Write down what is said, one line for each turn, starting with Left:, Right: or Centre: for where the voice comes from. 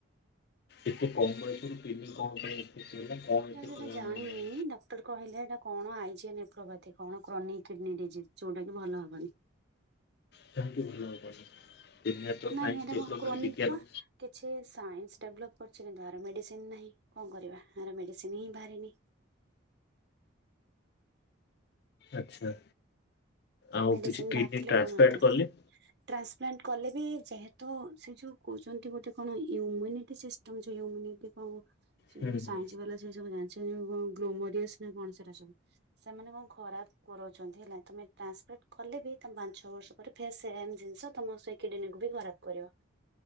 Left: ଏତେ କମ୍ ବୟସରୁ କିଡନୀ କଣ ପାଇଁ ଏମିତି ହେଲା କଣ <unintelligible>
Right: ସେଇଟା ଜାଣିନି ଡକ୍ଟର କହିଲେ ଏଇଟା କଣ ଆଇଜିମଏପ୍ରୋପାଥି କଣ କ୍ରନିକ କିଡନୀ ଡିଜିଜ୍ ଯୋଉଟା କି ଭଲ ହେବନି।
Left: କାହିକିଁ ଭଲ ହବନି? ଏବେ ତ ସାଇନ୍ସ
Right: ନାଇଁ ଏଇଟା
Left: ଡେଭଲପମେଣ୍ଟ
Right: କଣ କ୍ରୋନିକ
Left: ବିଜ୍ଞାନ
Right: ପା କିଛି ସାଇନ୍ସ ଡେଭଲପ୍ କରୁଛି କିନ୍ତୁ ଆର ମେଡିସିନ ନାହିଁ କଣ କରିବା ଆର ମେଡିସିନ ହିଁ ବାହାରିନି।
Left: ଆଚ୍ଛା, ଆଉ
Right: ମେଡିସିନ
Left: କିଛି
Right: ବାହାରିଥିଲେ
Left: କିଡନୀ ଟ୍ରାନ୍ସପ୍ଲାଣ୍ଟ
Right: କଣ ହେଇଥାନ୍ତା।
Left: କଲେ
Right: ଟ୍ରାନ୍ସପ୍ଲାଣ୍ଟ କଲେ ବି ଯେହେତୁ ସେ ଯୋଉ କହୁଛନ୍ତି ଗୋଟେ କଣ ଇମ୍ୟୁନିଟିସିଷ୍ଟ ତମେ ଯୋଉ ଇମ୍ୟୁନିଟି କଣ ସେ
Left: ହୁଁ ହୁଁ
Right: ସାଇନ୍ସ ବାଲା ସେ ସବୁ ଜାଣିଛନ୍ତି କଣ ଗ୍ଲୋମରିସ ନା କଣ ସେଟା ସବୁ? ସେମାନେ କଣ ଖରାପ କରଉଛନ୍ତି ହେଲା ତମେ ଟ୍ରାନ୍ସଫର କଲେ ବି ତମ ପାଞ୍ଚ ଛଅ ବର୍ଷ ପରେ ଫେର୍ ସେମ୍ ଜିନିଷ ତମ ସେ କିଡନୀକୁ ବି ଖରାପ କରିବ।